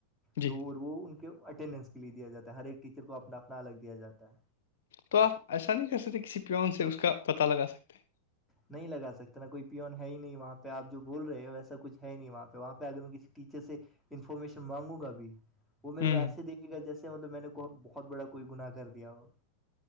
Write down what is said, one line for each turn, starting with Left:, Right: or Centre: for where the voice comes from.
Left: جی
Centre: تو وہ ان کے اٹینڈنس کے لیے دیا جاتا ہے ہر ایک ٹیچر کو اپنا اپنا الگ دیا جاتا ہے
Left: تو آپ ایسا نہیں کر سکتے کسی پیون سے اس کا پتا لگا سکتے ہیں
Centre: نہیں لگا سکتا نا کوئی پیون ہے ہی نہیں وہاں پہ آ جو بول رہے ہو ویسا کچھ ہے نہیں وہاں پہ وہاں پہ اگر میں کسی ٹیچر سے انفارمیشن مانگوں گا بھی وہ میرے
Left: ہوں
Centre: کو ایسے دیکھ گا جیسے مطلب میں نے بہت بڑا کوئی گنا کر دیا ہو